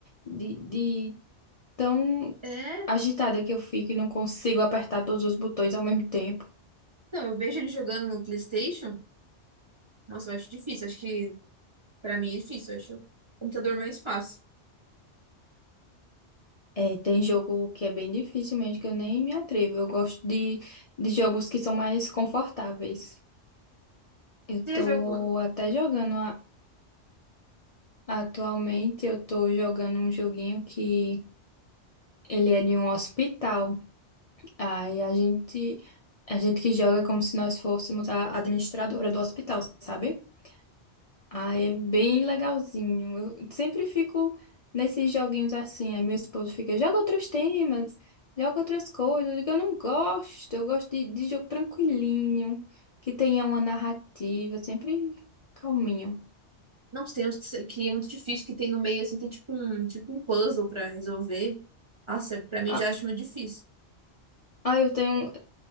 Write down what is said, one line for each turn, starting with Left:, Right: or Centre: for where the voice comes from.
Left: de, de tão
Right: É,
Left: agitada que eu fico e não consigo apertar todos os botões ao mesmo tempo.
Right: não, eu vejo ele jogando no PlayStation, nossa, eu acho difícil, acho que pra mim é difícil, eu acho o computador mais fácil.
Left: É, tem jogo que é bem difícil mesmo, que eu nem me atrevo. Eu gosto de, de jogos que são mais confortáveis. Eu
Right: Você
Left: tô
Right: já jogou?
Left: até jogando a- atualmente, eu tô jogando um joguinho que ele é de um hospital. Aí a gente, a gente que joga é como se nós fôssemos a administradora do hospital, sabe? Ah, é bem legalzinho. Eu sempre fico nesses joguinhos assim. Aí meu esposo fica, joga outros temas, joga outras coisas. Eu digo, eu não gosto, eu gosto de, de jogo tranquilinho, que tenha uma narrativa, sempre calminho.
Right: Não, tem uns que, se- que é muito difícil, que tem no meio, assim, tem tipo um, tipo um puzzle pra resolver. Nossa, pra mim
Left: Ah,
Right: já acho muito difícil.
Left: ah, eu tenho,